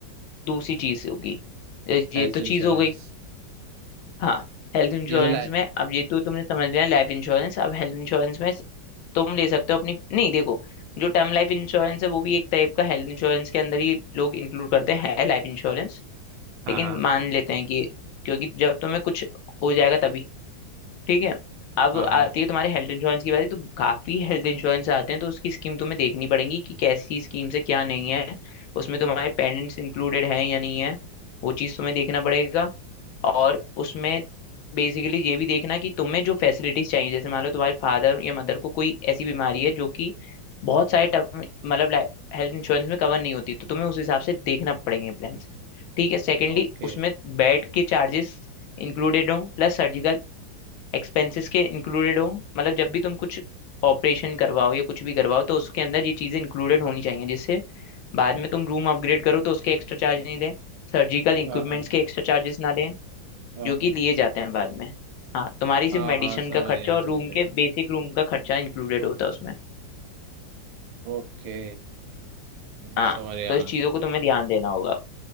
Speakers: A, on the left; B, on the right.
A: दूसरी चीज होगी ये ये
B: Health
A: तो
B: insurance
A: चीज हो गई हाँ हेल्थ इंश्योरेंस
B: ये तो लाइ
A: में अब ये तो तुमने समझ लिया लाइफ इंश्योरेंस अब हेल्थ इंश्योरेंस में तुम ले सकते हो अपनी नहीं देखो जो टर्म लाइफ इंश्योरेंस है वो भी एक टाइप का हेल्थ इंश्योरेंस के अंदर ही लोग इंक्लूड करते हैं लाइफ इंश्योरेंस
B: हाँ
A: लेकिन
B: हाँ
A: मान लेते हैं कि क्योंकि जब तुम्हें कुछ हो जाएगा तभी ठीक है अब
B: हाँ हाँ
A: आती है तुम्हारे हेल्थ इंश्योरेंस की बारी तो काफी हेल्थ इंश्योरेंस आते हैं तो उसकी स्कीम तुम्हें देखनी पड़ेगी कि कैसी स्कीम से क्या नहीं है उसमें तुम्हारे पेरेंट्स इंक्लूडेड है या नहीं है वो चीज़ तुम्हें देखना पड़ेगा और उसमें बेसिकली ये भी देखना कि तुम्हें जो फैसिलिटीज चाहिए जैसे मान लो तुम्हारे फादर या मदर को कोई ऐसी बीमारी है जो कि बहुत सारे टर्म मतलब हेल्थ इंश्योरेंस में कवर नहीं होती तो तुम्हें उस हिसाब से देखना पड़ेंगे प्लान्स ठीक है सेकेंडली
B: ओके
A: उसमें बेड के चार्जेस इंक्लूडेड हों प्लस सर्जिकल एक्सपेंसेस के इंक्लूडेड हो मतलब जब भी तुम कुछ ऑपरेशन करवाओ या कुछ भी करवाओ तो उसके अंदर ये चीज़ें इंक्लूडेड होनी चाहिए जिससे बाद में तुम रूम अपग्रेड करो तो उसके एक्स्ट्रा चार्ज नहीं लें सर्जिकल इक्विपमेंट्स
B: हाँ हाँ
A: के एक्स्ट्रा चार्जेस ना लें
B: हाँ
A: जो कि
B: हाँ
A: लिए जाते हैं बाद में हाँ तुम्हारी सिर्फ
B: हाँ
A: मेडिसिन
B: हाँ समझ
A: का खर्चा
B: गया मैं,
A: और
B: समझ
A: रूम
B: गया
A: के
B: ओके
A: बेसिक रूम का खर्चा इंक्लूडेड होता है उसमें
B: ओके
A: हाँ
B: समझ गया
A: तो इस
B: मैं
A: चीज़ों को तुम्हें ध्यान देना होगा